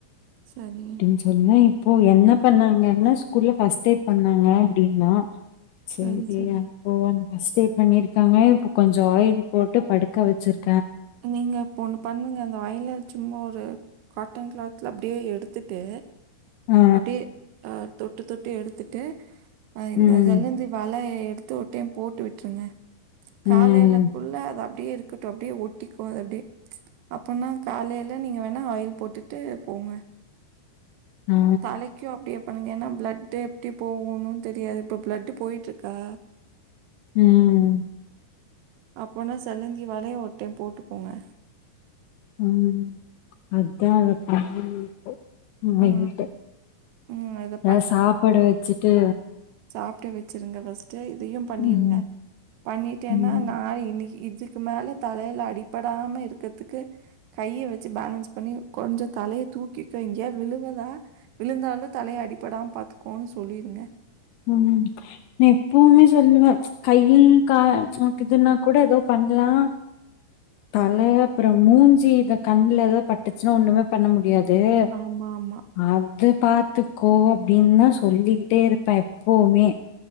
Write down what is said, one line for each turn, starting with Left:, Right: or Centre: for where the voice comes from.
Right: சரிங்க.
Left: அப்டின்னு சொல்லி இப்போ என்ன பண்ணாங்கன்னா ஸ்கூல்ல ஃபஸ்ட் எய்ட் பண்ணாங்க அப்படின்னா செரியான்
Right: சரி, சரி.
Left: போவான்னு ஃபஸ்ட் எய்டு பண்ணிருக்காங்க இப்போ கொஞ்ச ஆயில் போட்டு படுக்க வச்சிருக்
Right: நீங்க இப்பொண்ணு பண்ணுங்க இந்த ஆயில சும்மா ஒரு காட்டன் கிளாத்ல அப்டியே எடுத்துட்டு
Left: ஆ
Right: அப்டியே ஆன் தொட்டு தொட்டு எடுத்துட்டு அ இந்ததலந்து
Left: ம்
Right: வலைய எ <unintelligible> டுத்து ஒருடைம் போட்டு விட்டுருங்க
Left: ம்
Right: காலைலக்குள்ள அது அப் அப்படியே இருக்கட்டு அப்படியே ஒட்டிக்கோ அது அப்படியே அப்ப னா காலையில நீங்க வேணா ஆயில் போட்டுட்டு போங்க
Left: ஆ
Right: தலைக்கு அப்டியே பண்ணுங்க ஏன்னா ப்ளட் எப்டி போகுணு தெரியாது இப்ப ப்ளட் போயிட்டு இருக்கா
Left: ம்
Right: அப்போனா செல்லந்தி வலைய ஒரு டைம் போட்டு போங்க.
Left: ம் அதா அதுக்கப்பறமா <unintelligible>
Right: ஆ. ம். இத
Left: எத சாப்பாடு வச்சுட்டு
Right: சாப்டு வச்சுருங்க ஃபஸ்ட் ட்டு இதையு பண்ணிருங்க
Left: ம்
Right: பண்ணிட்டேன்னா
Left: ம்
Right: நா இன்னிக்கு இத் இதுக்கு மேல தலைல அடிப்படாம இருக்கறத்துக்கு கைய வச்சு பேலன்ஸ் பண்ணி கொஞ்ச தலைய தூக்கி எங்கியாது விழுவதா விழுந்தாலு தலைய அடிப்படாம பாத்துக்கோனு சொல்லியிருந்தே.
Left: ம், ம் நா எப்பவுமே சொல்லுவே கையி கா உனக்கு இதுன்னா கூட எதோ பண்ணலா தல அப்பறோ மூஞ்சி இத கண்ல எதாது பட்டுச்சுன்னா ஒண்ணுமே பண்ண முடியாது. டேய்
Right: ஆமாமா.
Left: அது பாத்துக்கோ அப்டின்னுதா சொல்லிக்கிட்டே இருப்பே எப்பவுமே